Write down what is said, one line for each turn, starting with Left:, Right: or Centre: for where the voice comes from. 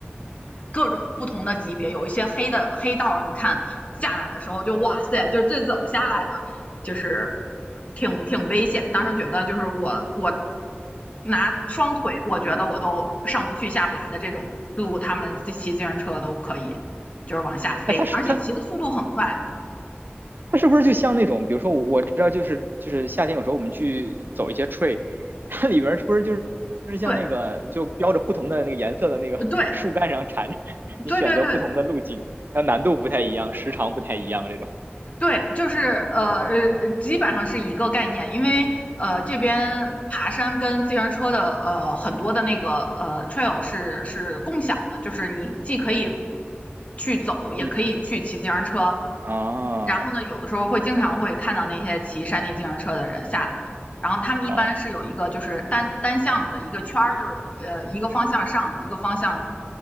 Left: 各种不同的级别，有一些黑的黑道，你看下来的时候就哇塞，就是这怎么下来的，就是挺挺危险。当时觉得就是我我拿双腿，我觉得我都上不去下不来的这种路，他们骑自行车都可以，就是往下飞，
Right: 哎，它是它
Left: 而且骑的速度很快。
Right: 它是不是就像那种，比如说我知道就是就是夏天有时候我们去走一些 trail，它里边是不是就是就是像那个就标着不同的那个颜色的那个
Left: 对对
Right: <laughs> 树干上缠着，你选择不同的路径，
Left: 对对对，
Right: 那难度不太一样，时长不太一样这种。
Left: 对，就是呃呃，基本上是一个概念，因为呃这边爬山跟自行车的呃很多的那个呃
Right: 嗯
Left: trail 是是共享的，就是你既可以去走，也可以去骑自行车。
Right: 嗯啊
Left: 然后呢，有的时候会经常会看到那些骑山地自行车的人下来，然后他们一般是有一个就是单单向的一个圈儿，
Right: 哦
Left: 就是呃一个方向上，一个方向